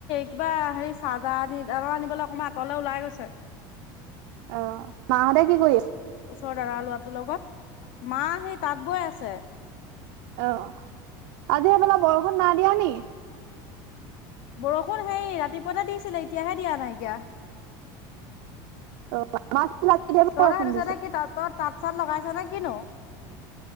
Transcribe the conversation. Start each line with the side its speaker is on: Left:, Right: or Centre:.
Left: কিবা হে চাহজাহ আনি দ আনিবলৈ অকমান আঁতৰলে ওলাই গৈছে <inaudible>
Right: অ মাহঁতে কি কৰি
Left: ওচৰ দাদা লৰাটোৰ লগত মা সেই তাঁত বৈ আছে
Right: অ', আজি সেইফালে বৰষুণ না দিয়া নি
Left: বৰষুণ হেই ৰাতিপুৱাতে দিছিলে এতিয়াহে দিয়া নাইকিয়া
Right: <inaudible>
Left: তহঁততে
Right: বৰষুণ
Left: সেইতু
Right: দিছে
Left: চাইডে কি তাঁত তাঁত চাত লগাইছ নে কিনো